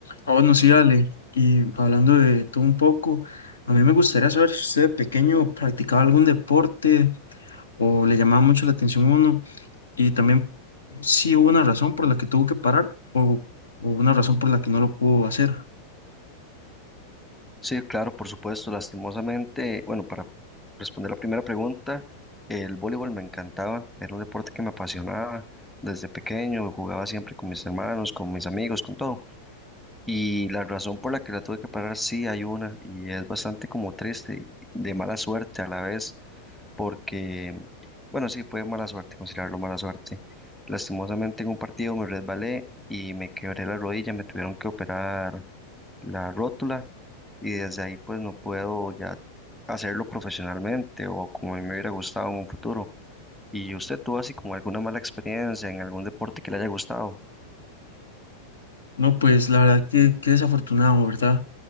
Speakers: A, on the left; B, in the centre.
A: Ah, bueno, sí, Ale. Y hablando de todo un poco, a mí me gustaría saber si usted de pequeño practicaba algún deporte o le llamaba mucho la atención uno y también si hubo una razón por la que tuvo que parar o, o una razón por la que no lo pudo hacer.
B: Sí, claro, por supuesto, lastimosamente, bueno, para responder la primera pregunta, el voleibol me encantaba, era un deporte que me apasionaba desde pequeño, jugaba siempre con mis hermanos, con mis amigos, con todo. Y la razón por la que la tuve que parar, sí hay una, y es bastante como triste, y de mala suerte a la vez, porque, bueno, sí, fue mala suerte, considerarlo mala suerte. Lastimosamente en un partido me resbalé y me quebré la rodilla, me tuvieron que operar la rótula y desde ahí pues no puedo ya hacerlo profesionalmente o como a mí me hubiera gustado en un futuro. ¿Y usted tuvo así como alguna mala experiencia en algún deporte que le haya gustado?
A: No, pues la verdad que qué desafortunado, ¿verdad?